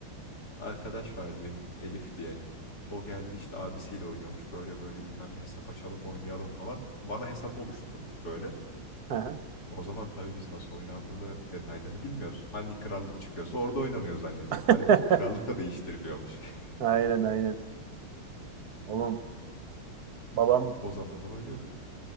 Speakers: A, on the left (about 50°); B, on the right (about 55°).
A: Arkadaş vardı benim Elif diye. O geldi işte abisiyle oynuyormuş. Böyle böyle bilmem ne hesap açalım, oynayalım falan. Bana hesap oluşturduk böyle.
B: Hı hı.
A: O zaman tabii biz nasıl oynandığını, detaylarını bilmiyoruz. Hangi krallık çıkıyorsa orada oynanıyor zannediyoruz.
B: <laughs>
A: Halbuki krallık da değiştiriliyormuş. <laughs>
B: Aynen aynen. Oğlum babam
A: O zamanlar oynuyorduk.